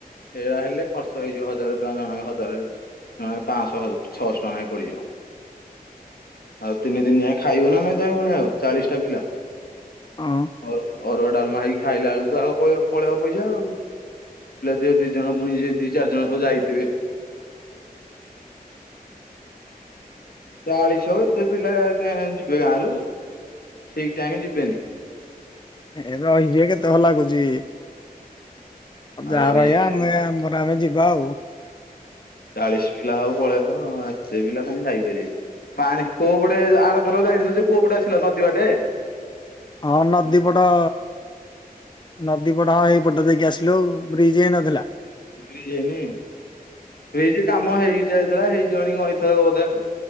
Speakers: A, on the left; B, on the left.
A: ହେରା ହେଲେ ଖର୍ଚ୍ଚ ହେଇଯିବ ହଜାର ଟଙ୍କା ଜଣକେ ହଜାରେ। ଜନଙ୍କେ ପାଂଶ ଛଅଶ ଟଙ୍କା ନେଖେପଡିଯିବ। ଆଉ ତିନି ଦିନ ଯାଏ ଖାଇବ ନା ନାଇଁ ତମେ ପୁଣି ଆଉ ଚାଳିଶା ଟା ପିଲା?
B: ଅଁ
A: ଅର ଅରୁଆ ଡାଲମା ହେଇିକି ଖାଇଲା ବେଳକୁ ତ ଆଉ ପଳେଇବା ପଇସା ଆଉ ପିଲା ଦି ଦି ଜଣ ପୁଣି ଯି ଦି ଚାରି ଜଣ ସବୁ ଯାଇଥିବେ। ଚାଳିଶ ହବ ଏତେ ପିଲା ଯିବେ ଗାଁ ରୁ ଠିକ ଟାଇମ୍ କୁ ଯିବେନି।
B: ଏ ରହଯିବେ କେତେ ଭଲ ଲାଗୁଛି
A: ଆଉ
B: ଯା
A: ରହିବେନି
B: ରହିବା ଆମେ ଆମ ବା ଆମେ ଯିବା ଆଉ।
A: ଚାଳିଶ ପିଲା ହଉ ପଳେଇବ ଏତେ ପିଲା କାହିଁ ଯାଇ ପାରିବେନି। ପାଣି କୋଉ ପଟେ ଆରଥର ଯାଇଥିଲେ ଯୋଉ କୋଉ ପଟେ ଆସିଲ ନଦୀ ବାଟେ?
B: ହିଁ ନଦୀପଟ। ନଦୀ ପଟ ହଁ ହେଇ ପଟ ଦେଇକି ଆସିଲୁ ବ୍ରିଜ୍ ହେଇ ନଥିଲା।
A: ବ୍ରିଜ ହେଇନି? ବ୍ରିଜ୍ କାମ ହେଇ ଯାଇଥିଲା ହେଇ ଜୀବଣୀ କଣ ଏଇଥରକ ବୋଧେ ଆଉ।